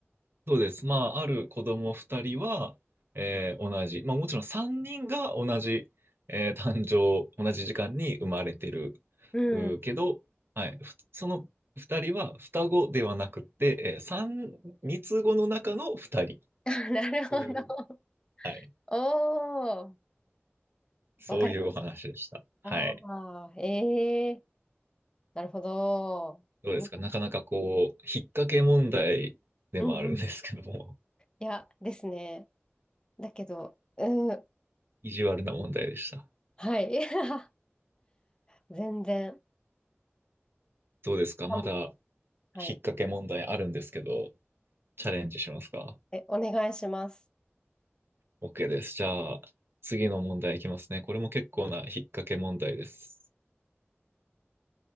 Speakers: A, on the right; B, on the left.
A: そうです。まあ、ある子供二人は、えー同じ、まあもちろん三人が同じ、えー誕生、同じ時間に生まれてる、
B: うん。
A: うーけど、はい、ふその二人は双子ではなくて、えー三、三つ子の中の二人っ
B: <laughs> なるほど。
A: ていう、はい、
B: おー、
A: そういうお話でした。
B: わかります。
A: はい。
B: ああ、まあ、ええなるほど。
A: どうですかなかなかこう、
B: うん、
A: 引っ掛け問題でもあるんですけども、
B: うんうん。いや、ですね。だけど、うん、
A: 意地悪な問題でした。
B: はい。<laughs> 全然。
A: どうですかまだ引
B: あのはい。
A: っ掛け問題あるんですけど、チャレンジしますか
B: え、お願いします。
A: ?OK です。じゃあ、次の問題いきますね。これも結構な引っ掛け問題です。